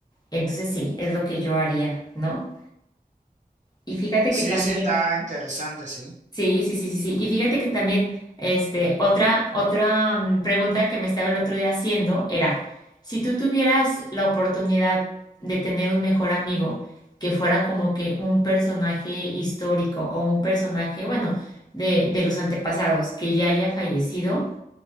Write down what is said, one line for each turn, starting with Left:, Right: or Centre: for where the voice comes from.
Left: Entonces sí, es lo que yo haría, ¿no? Y fíjate
Right: Sí,
Left: que también
Right: sí, está interesante, sí.
Left: Sí, sí, sí, sí, sí. Y fíjate que también, este, otra, otra mm, pregunta que me estaba el otro día haciendo era, si tú tuvieras la oportunidad de tener un mejor amigo que fuera como que un personaje histórico o un personaje, bueno, de, de los antepasados que ya haya fallecido,